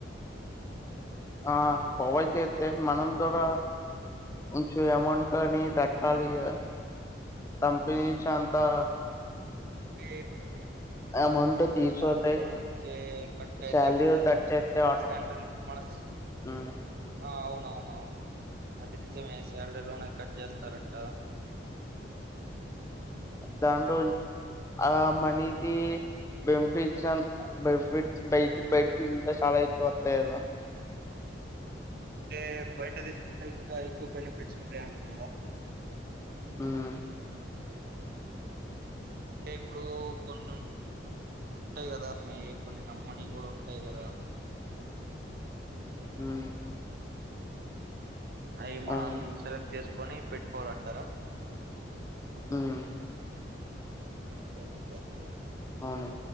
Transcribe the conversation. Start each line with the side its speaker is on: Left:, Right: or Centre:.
Left: ఆ ప్రొవైడ్ చెత్తే మనం కూడా కొంచెం అమౌంట్ అని కట్టాలి కదా కంపెనీ కంతా
Right: అంటే
Left: అమౌంట్
Right: మన
Left: తీసుకుపోతాయి
Right: శాలరీ లో నుంచే కట్ అయితయ్
Left: శాలరీ
Right: కదా
Left: కట్ చేస్తే
Right: మన
Left: ఆటో
Right: శాలరీలో మన శా
Left: ఉమ్
Right: ఆ అవును నవునవును అది నిజమే శాలరీ లోనే కట్ చేస్తారంట
Left: దాని రోజ్ ఆ మనీది బెనిఫిట్స్ అ బనిఫిట్స్ బైట్ బైట్ ఇ చాలా అయితే వత్తాయి గద
Right: అంటే బయట తీసుకుంటే ఇంకా ఎక్కువ బెనిఫిట్స్ ఉంటాయంటున్నారా
Left: హమ్
Right: అంటే ఇప్పుడు కొన్ని ఉంటాయి కదా అమ్మాయి కొన్ని నమ్మని కూడా ఉంటాయి కదా
Left: హమ్
Right: అయి మనం
Left: అవును
Right: సెలెక్ట్ చేసు కొని పెట్టుకోవాలంటారా
Left: హమ్
Right: సరే థ్యాంక్ యూ అండి
Left: అవును